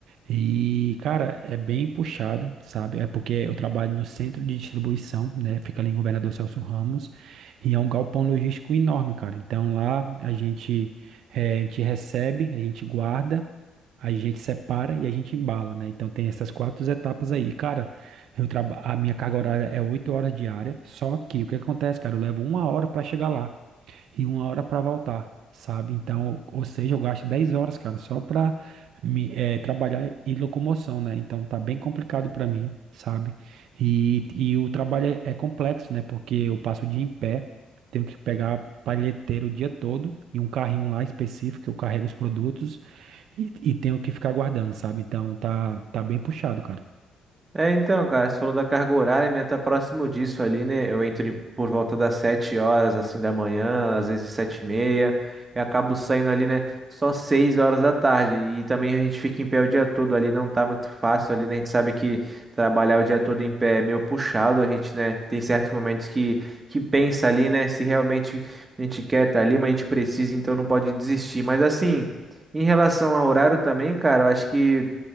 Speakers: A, on the right; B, on the right.
A: E, cara, é bem puxado, sabe? É porque eu trabalho no centro de distribuição, né? Fica ali em Governador Celso Ramos. E é um galpão logístico enorme, cara. Então, lá a gente, eh, a gente recebe, a gente guarda, a gente separa e a gente embala, né? Então, tem essas quatro etapas aí. Cara, eu traba... a minha carga horária é oito horas diária. Só que o que acontece, cara? Eu levo uma hora pra chegar lá e uma hora para voltar, sabe? Então, ou seja, eu gasto 10 horas, cara, só para me eh, trabalhar e locomoção, né? Então tá bem complicado para mim, sabe? E, e o trabalho é, é complexo, né? Porque eu passo o dia em pé, tenho que pegar palheteiro o dia todo e um carrinho lá específico que eu carrego os produtos e, e tenho que ficar guardando, sabe? Então tá tá bem puxado, cara.
B: É, então, cara, você falou da carga horária, minha tá próximo disso ali, né? Eu entro em- por volta das 7 horas, assim, da manhã, às vezes sete e meia, e acabo saindo ali, né, só 6 horas da tarde. E também a gente fica em pé o dia todo ali, não tá muito fácil ali, né? A gente sabe que trabalhar o dia todo em pé é meio puxado, a gente, né, tem certos momentos que, que pensa ali, né, se realmente a gente quer tá ali, mas a gente precisa, então não pode desistir. Mas assim, em relação ao horário também, cara, eu acho que.